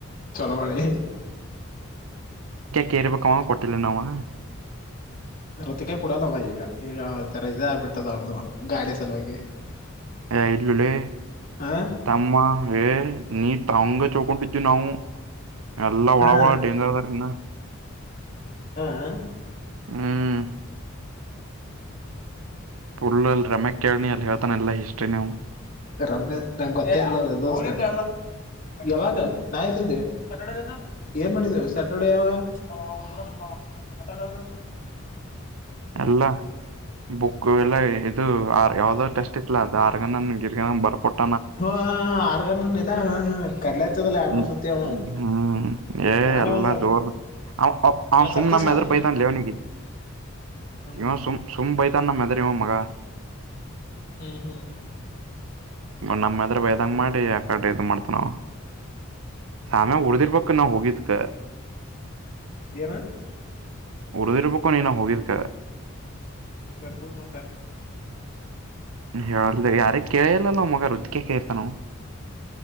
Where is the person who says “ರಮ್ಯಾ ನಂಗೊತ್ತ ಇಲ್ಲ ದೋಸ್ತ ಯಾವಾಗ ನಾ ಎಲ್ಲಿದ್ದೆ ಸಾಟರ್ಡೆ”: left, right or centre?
Left